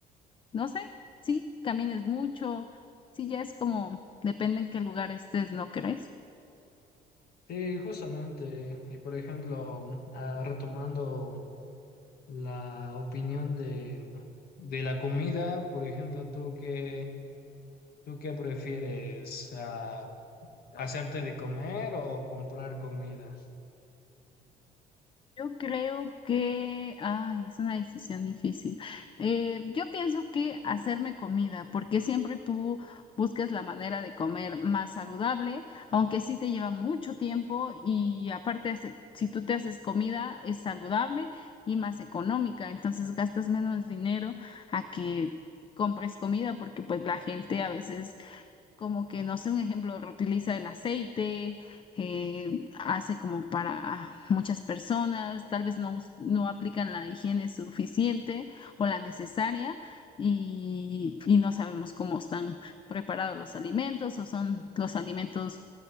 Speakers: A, on the left (about 30°); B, on the left (about 65°).
A: no sé, sí, camines mucho, sí, ya es como, depende en qué lugar estés, ¿no crees?
B: Sí, justamente. Y por ejemplo, ah, retomando la opinión de, de la comida, por ejemplo, ¿tú qué, tú qué prefieres? Ah, ¿hacerte de comer o comprar comida?
A: Yo creo que, ay, es una decisión difícil. Eh, yo pienso que hacerme comida, porque siempre tú buscas la manera de comer más saludable, aunque sí te lleva mucho tiempo y aparte, hace- si tú te haces comida, es saludable y más económica, entonces gastas menos dinero a que compres comida, porque pues la gente a veces como que, no sé, un ejemplo, reutiliza el aceite, eh, hace como para muchas personas, tal vez no, us- no aplican la higiene suficiente o la necesaria y, y no sabemos cómo están preparados los alimentos o son los alimentos